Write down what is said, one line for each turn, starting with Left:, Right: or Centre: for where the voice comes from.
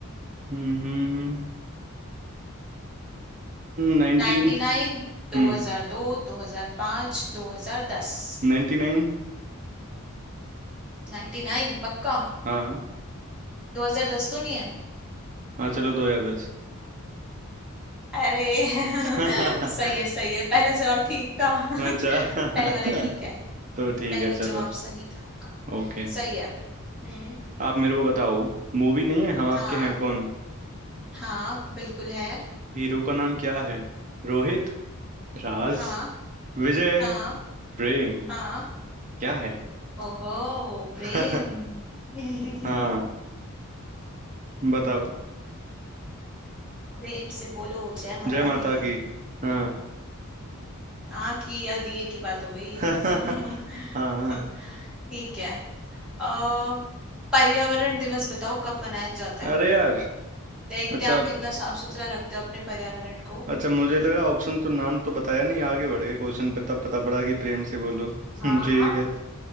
Right: हम्म नाइनटीन
Centre: नाइन्टी नाइन
Right: हम्म
Centre: दो हजार दो दो हजार पाँच दो हजार दस
Right: Ninety nine
Centre: नाइन्टी नाइन पक्का
Right: हाँ
Centre: दो हजार दस तो नहीं है
Right: हाँ चलो दो हजार दस
Centre: अरे <laughs>
Right: <laughs>
Centre: सही है सही है पहला जवाब ठीक था <laughs>
Right: अच्छा
Centre: पहले वाला ठीक है
Right: <laughs> तो ठीक
Centre: पहला
Right: है चलो
Centre: जवाब सही था आपका
Right: ओके
Centre: सही है हम्म
Right: आप मेरे को बताओ मूवी नहीं है हम आपके
Centre: हाँ
Right: हैं कौन
Centre: हाँ बिल्कुल है
Right: हीरो का नाम क्या है रोहित राज
Centre: हाँ
Right: विजय
Centre: हाँ
Right: प्रेम
Centre: हाँ
Right: क्या है
Centre: ओहो प्रेम
Right: <laughs>
Centre: <laughs>
Right: हाँ बताओ
Centre: प्रेम से बोलो जय माता
Right: जय माता
Centre: दी
Right: की हाँ
Centre: हाँ की या दी एक ही बात हो गई
Right: <laughs> हाँ
Centre: <laughs>
Right: हाँ।
Centre: ठीक है अ, पर्यावरण दिवस बताओ कब मनाया जाता है
Right: अरे यार
Centre: देखते
Right: अच्छा
Centre: हैं आप कितना साफ सुथरा रखते हो अपने पर्यावरण को
Right: अच्छा मुझे लगा ऑप्शन तो नाम तो बताया नहीं आगे बढ़ गए क्वेश्चन पे तब पता पड़ा कि प्रेम से बोलो <laughs>
Centre: हाँ
Right: हम्म, ठीक
Centre: हाँ
Right: है